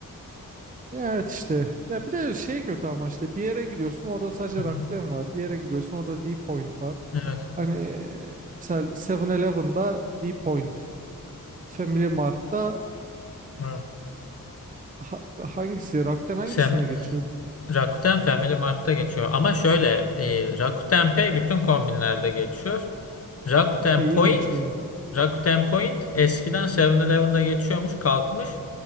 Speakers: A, on the right (about 25°); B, on the left (about 45°).
A: Ya Evet işte. Ya bir de şey kötü ama işte bir yere gidiyorsun orada sadece
B: Hı hı.
A: Rakuten var. Bir yere gidiyorsun orada D-Point var.
B: Evet.
A: Hani e, mesela Seven elevenda D-Point, Family Mart'ta
B: Evet.
A: ha- hangisi Rakuten hangisine
B: Sem
A: geçiyor?
B: Rakuten Family Mart'ta geçiyor. Ama şöyle e, Rakuten Pay bütün kombinlerde geçiyor. Rakuten
A: Pay'i
B: Point
A: geçiyor.
B: Rakuten Point eskiden Seven elevenda geçiyormuş kalkmış.